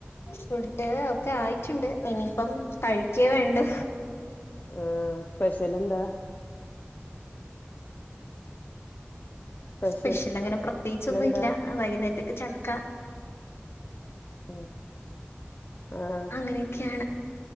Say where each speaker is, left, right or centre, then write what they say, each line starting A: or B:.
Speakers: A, on the left; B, on the left.
A: ഫുഡ്ഡ് ഒക്കെ ആയിറ്റ്ണ്ട് ഇനിയിപ്പം കഴിക്കേ വേണ്ടു
B: ആഹ് സ്പെഷെലെന്താ? സ്പെഷ്യൽ
A: സ്പെഷ്ൽ അങ്ങനെ പ്രത്യേകിച്ചൊന്നും
B: എന്താ
A: ഇല്ല വൈകുന്നേരത്തെക്ക് ചക്ക.
B: ആ ആഹാ
A: ങ്ങനൊക്കെയാണ്